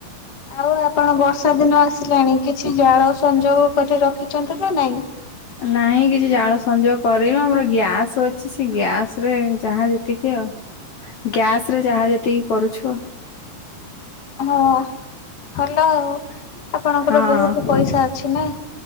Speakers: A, on the left; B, on the left.
A: ଆଉ ଆପଣ ବର୍ଷା ଦିନ ଆସିଲାଣି କିଛି ଜାଳ ସଂଯୋଗ କରି ରଖିଛନ୍ତି ନା ନାଇଁ?
B: ନାହିଁ କିଛି ଜାଳ ସଂଯୋଗ କରିନୁ ଆମର ଗ୍ୟାସ୍ ଅଛି ସେ ଗ୍ୟାସ୍ ଯାହା ଯେତିକି ଆଉ ଗ୍ୟାସରେ ଯାହା ଯେତିକି କରୁଛୁ।
A: ହଁ ଭଲ ଆଉ ଆପଣଙ୍କର
B: ଆଉ
A: ବହୁତ
B: ହଁ।
A: ପଇସା ଅଛି ନା?